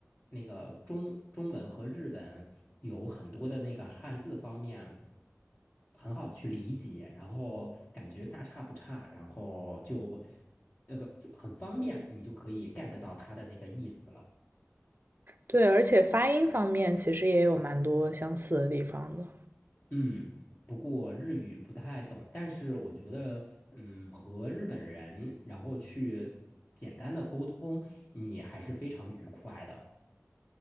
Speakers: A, on the left; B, on the right.
A: 那个中中文和日文有很多的那个汉字方面很好去理解，然后感觉大差不差，然后就那个很方便，你就可以 get 到它的那个意思了。
B: 对，而且发音方面其实也有蛮多相似的地方的，
A: 嗯，不过日语不太懂，但是我觉得，嗯，和日本人然后去简单的沟通，你还是非常愉快的。